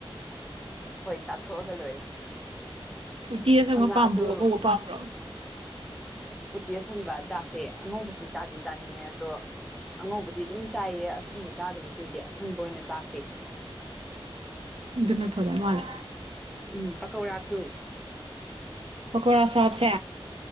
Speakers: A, in the centre; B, on the right.
A: ꯍꯣꯏ ꯆꯥꯊꯣꯛꯑꯒ ꯂꯣꯏꯔꯦ
B: ꯎꯇꯤ ꯑꯁꯪꯕ
A: ꯊꯝꯅꯥꯁꯨ
B: ꯄꯥꯝꯕ꯭ꯔꯣ ꯑꯉꯧꯕ ꯄꯥꯝꯕ꯭ꯔꯣ
A: ꯎꯇꯤ ꯑꯁꯪꯕ ꯆꯥꯁꯦ ꯑꯉꯧꯕꯁꯨ ꯆꯥꯗꯤ ꯆꯥꯅꯤꯡꯉꯦ ꯑꯗꯣ ꯑꯉꯧꯕꯗꯤ ꯑꯗꯨꯝ ꯆꯥꯏꯌꯦ ꯑꯁꯪꯕ ꯆꯥꯗꯕ ꯀꯨꯏꯔꯦ ꯑꯁꯪꯕ ꯑꯣꯏꯅ ꯆꯥꯁꯦ
B: ꯑꯗꯨꯅ ꯐꯗꯧ ꯃꯥꯂꯦ
A: ꯎꯝ ꯄꯀꯧꯔꯥꯁꯨ
B: ꯄꯀꯧꯔꯥꯁꯨ ꯍꯥꯞꯁꯦ